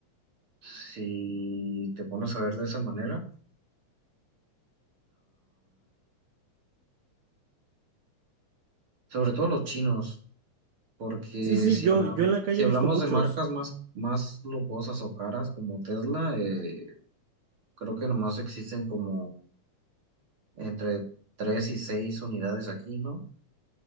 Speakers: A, on the right (about 45°); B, on the right (about 70°).
A: si te pones a ver de esa manera. sobre todo los chinos, porque
B: Sí, sí,
A: si
B: yo,
A: hablamos,
B: yo en la calle
A: si hablamos
B: he visto muchos.
A: de marcas más, más lujosas o caras como Tesla, eh, creo que nomás existen como entre tres y seis unidades aquí, ¿no?